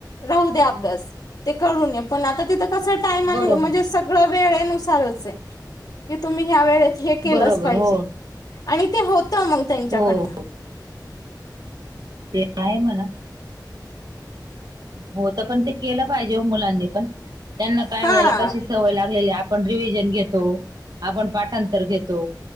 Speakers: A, on the left (about 60°); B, on the right (about 65°).
A: राहू द्या अभ्यास. ते करून येे. पण आता तिथं तसं टाईमानी,
B: बरोबर
A: म्हणजे सगळं वेळेनुसारचय. की तुम्ही ह्या वेळेत हे केलंच
B: बरोबर
A: पाहिजे.
B: हो
A: आणि ते होतं मग त्यांच्याकडनं.
B: हो ते आहे मना. होतं, पण ते केलं पाहिजे ओ मुलांनी पण. त्यांना काय
A: हा
B: वेळेला कशी सवय लागलेली. आपण रिवीजन घेतो. आपण पाठांतर घेतो.